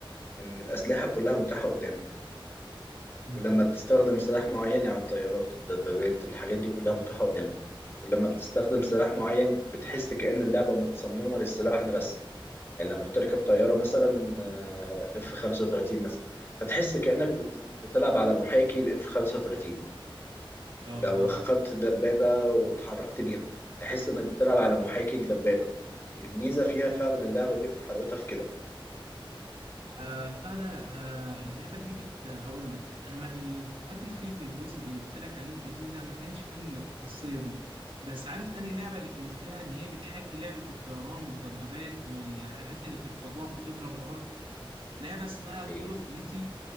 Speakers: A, on the left; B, on the right.
A: إن الأسلحة كلها متاحة قدامك
B: امم
A: ولما بتستخدم سلاح معين يعني الطيارات الدبابات الحاجات دي كلها متاحة قدامك ولما بتستخدم سلاح معين بتحس كأن اللعبة متصممة للسلاح ده بس يعني لما بتركب طيارة مثلا اف 35 مثلا فتحس كأنك بت- بتلعب على محاكي الاف 35
B: اه
A: لو
B: فاهم
A: خدت دبابة وتحركت بيها تحس انك بتلعب على محاكي الدبابة الميزة فيها فعلا اللعبة دي وحلاوتها في كده
B: آه بتاع ده آه اللعبه دي بت هقول لك انا ما الباتل فيلد الجزء اللي قلت لك عليه القديم ده ما كانش فيه الخاصيه دي بس عارف انهي لعبه اللي كانت فيها ان هي بتحاكي لعبه الطيران والدبابات والحاجات اللي في الفضاء بتضرب الارض لعبه اسمها كول
A: ايه
B: اوف ديوتي